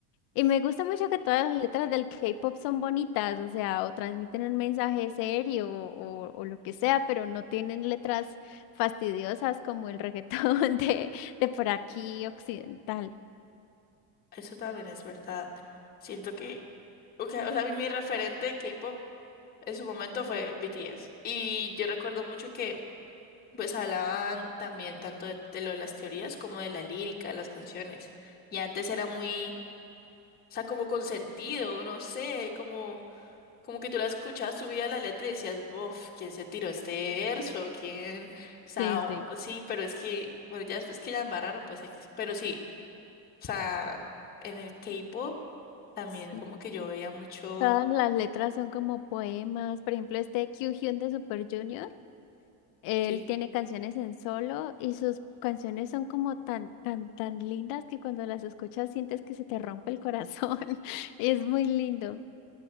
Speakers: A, on the left (about 55°); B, on the left (about 20°).
A: Y me gusta mucho que todas las letras del K-pop son bonitas, o sea, o transmiten un mensaje serio o, o lo que sea, pero no tienen letras fastidiosas como el reggaetón <laughs> de, de por aquí occidental.
B: Eso también es verdad. Siento que, okay, o sea, a mí mi referente de K-pop en su momento fue BTS. Y yo recuerdo mucho que, pues, hablaban también tanto de, de lo de las teorías como de la lírica, de las canciones. Y antes era muy, o sea, como consentido, no sé, como, como que tú la escuchabas, subías la letra y decías, bof, ¿quién se tiró este verso? ¿Quién? O sea,
A: Sí,
B: o-
A: sí.
B: sí, pero es que, bueno, ya después que la embarraron, pues, X. Pero sí. O sea, en el K-pop también
A: Sí.
B: como que yo veía mucho,
A: Todas las letras son como poemas. Por ejemplo, este Kyuhyun de Super Junior, él
B: sí,
A: tiene canciones en solo y sus canciones son como tan, tan, tan lindas que cuando las escuchas sientes que se te rompe el corazón. <laughs> Es muy lindo.